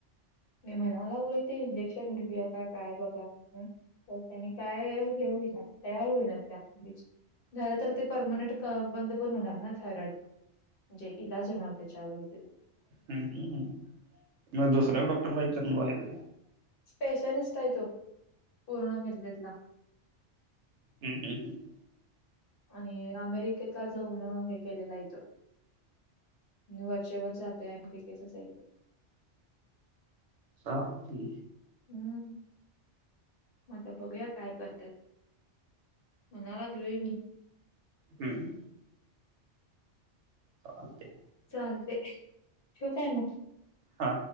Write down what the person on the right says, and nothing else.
ह् ह म दुसऱ्या डॉक्टरला विचारून बघायचं.
हम्म हम् हम् <inaudible>
<unintelligible> की
हम्म चालतय.
हा